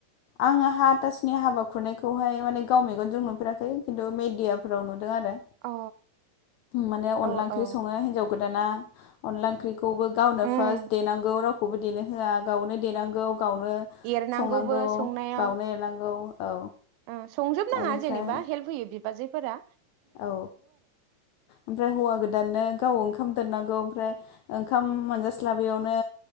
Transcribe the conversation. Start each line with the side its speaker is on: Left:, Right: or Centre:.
Left: आङो हाथासुनि हाबा खुरनायखौहाय माने गाव मेगनजों नुफेराखै खिन्थु मेडियाफोराव नु दो आरो
Right: अ
Left: माने अनला
Right: औ
Left: ओंख्रि
Right: औ
Left: सङो हिनजाव गो दाना अनला ओंख्रिखौ खौबो गावनो
Right: उम
Left: फार्स्ट देनांगौ राव रावखौबो देनो होआ गावनो देनांगौ। गावनो
Right: एरनांगौबो
Left: संनांगौ
Right: संनायाव
Left: गावनो एरनांगौ। औ।
Right: ओ संजोब नाङा
Left: बेनिफ्राय
Right: जेनेबा हेल्प होयो बि बाजैफोरा
Left: औ ओमफ्राय हौवा गोदाननो गाव ओंखाम दोननांगौ गौ ओमफ्राय ओंखाम मोनजा स्लाबियावनो